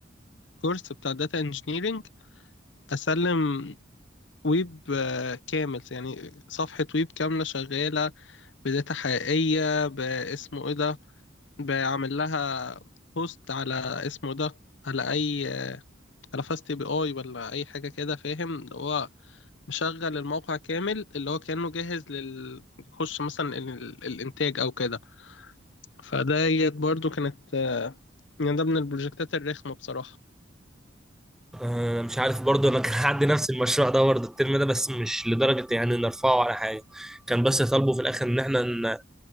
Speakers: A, on the left; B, in the centre.
A: الكورس بتاع داتا انجينيرينج اسلم ويب آه، كامل يعني صفحة ويب كاملة شغالة بداتا حقيقية باسمه ايه ده بعمل لها بوست على اسمه ده على اي على فاست بي اي ولا اي حاجه كده فاهم اللي هو مشغل الموقع كامل اللي هو كانه جاهز لل يخش مثلا ال... ال- الانتاج او كده فديت برضو كانت آه، يعني ده من البروجكتات الرخمه بصراحه
B: انا مش عارف برضه انا كان عندي نفس المشروع ده برضه الترم ده بس مش لدرجه يعني نرفعه على حاجه كان بس طالبه في الاخر ان احنا ن-